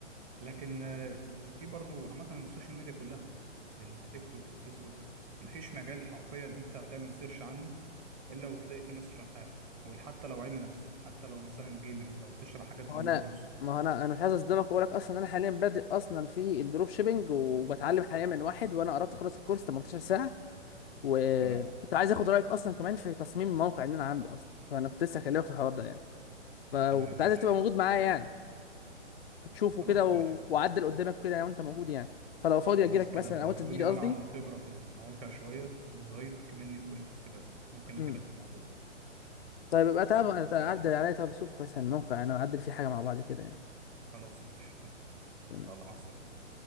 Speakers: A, on the right; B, on the left.
A: لكن آه، في برضو عامه السوشيال ميديا كلها التيك توك الفيسبوك مفيش مجال حرفيا انت هتعمل سيرش عنه الا وتلاقي فيه ناس شارحاه وحتى لو علم نفس حتى لو مثلا جيمنج لو تشرح حاجات في
B: ما
A: الويندوز
B: هو انا ما هو انا انا مش عايز اصدمك واقول لك اصلا انا حاليا بادئ اصلا في الدروب شيبنج وبتعلم حاليا من واحد وانا قربت اخلص الكورس 18 ساعه وكنت
A: تمام
B: عايز اخد رايك اصلا كمان في تصميم الموقع اللي انا عامله اصلا فانا كنت لسه هكلمك في الحوار ده يعني ف- وكنت
A: تمام ماشي
B: عايزك تبقى موجود معايا يعني تشوفه
A: خلاص
B: كده و...
A: ماشي
B: وعدل قدامك كده لو انت موجود يعني فلو فاضي اجي
A: خلاص
B: لك
A: كده
B: مثلا
A: بوروني
B: او انت تجي لي
A: وانا
B: قصدي
A: عندي خبرة في المواقع شوية في الديزاين كمني في كلية حسابات ممكن
B: امم
A: افيدك في الموضوع ده
B: طيب يبقى تعب
A: ماشي
B: تعدل عليا طب شوف مثلا الموقع انا اعدل فيه حاجه مع بعض كده يعني
A: خلاص ماشي تمام
B: تمام
A: يلا مع السلامة